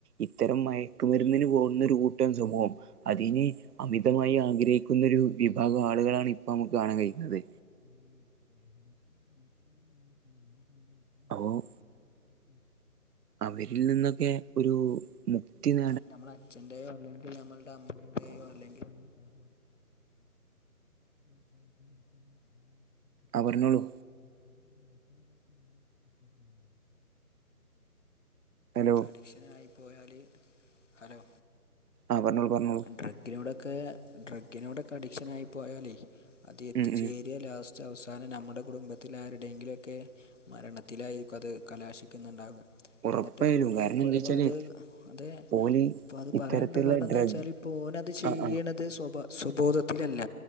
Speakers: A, on the right (about 80°); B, on the left (about 50°).
A: ഇത്തരം മൈ ക്കു മര്ന്നിന് പോവ്ന്ന ഒരു കൂട്ടം സൊമോ അതിന് അമിതമായി ആഗ്രഹിക്കുന്നൊരു വിഭാഗം ആളുകളാണ് ഇപ്പൊ ഞമക്ക് കാണാൻ കഴിയുന്നത്
B: <inaudible>
A: അ ഹ് ഓഹ്
B: അത് ചിലപ്പോൾ
A: അവരിൽ നിന്നൊക്കെ ഒരൂ മുക്തിന്ന്
B: ഞമ്മളെ അച്ഛന്റെയൊ അല്ലെങ്കി ഞമ്മൾടെ അമ്മയുടേയൊ അല്ലെങ്കിൽ <unintelligible> <unintelligible>
A: ആഹ് പറ്ഞോളു
B: ഡ്രഗ്സിനോടുള്ള അഡിക്ഷനൊക്കെ ചെന്ന് എത്തിയിട്ടുണ്ടാവുക
A: ഹലോ
B: അഡിക്ഷനായി പോയാല് ഹലോ
A: ആഹ് പറ്ഞ്ഞൊളു പറ്ഞ്ഞൊളു
B: ഡ്രഗ്ഗിനോടൊക്കെ ഡ്രഗ്ഗിനോടൊക്കെ അടിക്ഷനായി പോയാലെ അത് എത്തിച്ചേ
A: ഉം ഉം
B: പതിയ ലാസ്റ്റ് അവസാനം നമ്മ്ടെ കുടുംബത്തിലാര്ടെങ്കിലൊക്കെ മരണത്തിലായിരിക്കു അത് കലാശിക്ക്ന്ന്ണ്ടാവ
A: ഉറപ്പായാലും
B: എന്നിട്ട് ഓനീം
A: കാരണം
B: ഈ കൊലപാതകം
A: എന്താ വെച്ചാല്
B: അത്.
A: ഓല്
B: ഇപ്പൊ
A: ഇത്തരത്തിലുള്ള
B: പറയാൻ എന്താ കാരണന്നൊയ്ച്ചാല്
A: ഡ്രഗ്
B: പ്പ ഓനത് ചെയ്യ്ണത്
A: ആ ആ
B: സ്വൊബൊ സ്വബോധത്തിലല്ല.